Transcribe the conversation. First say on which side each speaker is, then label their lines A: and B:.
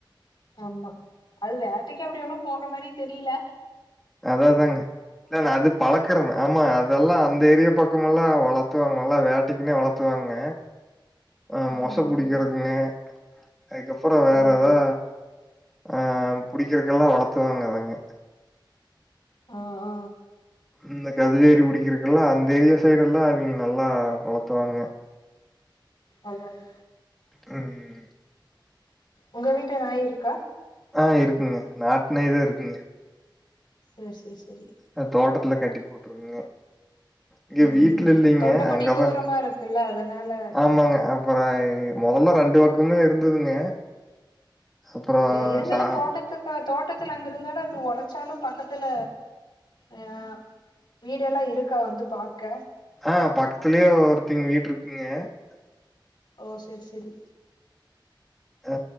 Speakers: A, on the left; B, in the centre.
A: ஆமா அது வேட்டைக்கு அப்டி ஒண்ணு போற மாரி தெரியில
B: அத தாங்க இல்லா அது பழக்கறன்னு ஆமா அதெல்லா அந்த ஏரியா பக் பக்கமல்லா வளத்துவாங்க நல்லா வேட்டைக்குன்னே வளத்துவாங்க ஆ
A: ம்
B: மொச
A: ம்
B: புடிக்கறக்குனே அதுக்கப்பறோ வேற
A: அதா அதா
B: எதா அ புடிக்கிறதுக்கெல்லா வளத்துவாங்க அதங்க
A: ஆ ஆ
B: இந்த கதுவேறி பிடிக்கிருக்குல்ல அந் தெரிய சைடு எல்லா அவிங்க நல்லா வளத்துவாங்க
A: அது வந்
B: உம்
A: உங்க வீட்டு நாய் இருக்கா
B: ஆ இருக்குங்க நாட்டுநாய் தா இருக்குங்க
A: செர் செர் செரி
B: அ தோட்டத்துல கட்டி போட்ருக்குங்க இங்க
A: ம்
B: வீட்டுல
A: ம்
B: இல்லைங்க
A: தொண்டபட்டி
B: அங்கதா
A: தூரமா இருக்குல்ல அதனால
B: ஆமாங்க அப்பறய் மெதல்ல பண்டு பக்கமே இருந்ததுங்க அப்புறம்
A: எ இருந்தாலு
B: சா
A: தோட்டக்கக்கா தோட்டத்துல அங்க இருந்தாலு அத் இது ஒடைச்சாலு பக்கத்துல அ வீடெல்லா இருக்கா வந்து பாக்க
B: ஆ பக்கத்துலயே ஒருத்தங்க <unintelligible>
A: ஓ செர் செரி
B: அ,